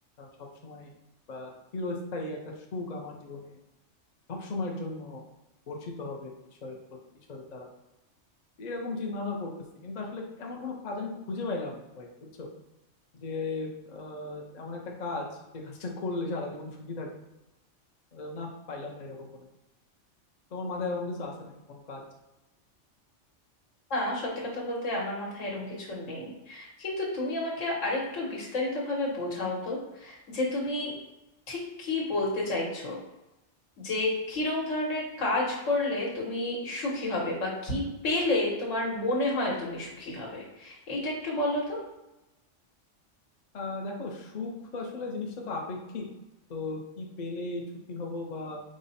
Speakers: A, on the left (about 45°); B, on the left (about 80°).
A: সব সময় বা চিরস্থায়ী একটা সুখ আমার জীবনে সবসময়ের জন্য বর্ষিত হবে ঈশ্বরের প্রতি ঈশ্বরের দ্বারা এরকম চিন্তা ভাবনা করতেছি কিন্তু আসলে এমন কোনো কাজ আমি খুঁজে পাইলাম না ভাই বুঝছো যে আহ, এমন একটা কাজ যে কাজটা করলে সারা জীবন সুখী থাকবো আহ, না পাইলাম না এরকম কোনো কিছু তোমার মাথায় এমন কিছু আছে নাকি কোনো কাজ
B: না সত্যি কথা বলতে আমার মাথায় এরম কিছু নেই কিন্তু তুমি আমাকে আরেকটু বিস্তারিতভাবে বোঝাও তো যে তুমি ঠিক কি বলতে চাইছো যে কিরম ধরনের কাজ করলে তুমি সুখী হবে বা কি পেলে তোমার মনে হয় তুমি সুখী হবে এইটা একটু বলো তো
A: আহ দেখো সুখ আসলে জিনিসটা তো আপেক্ষিক তো কি পেলে সুখী হব বা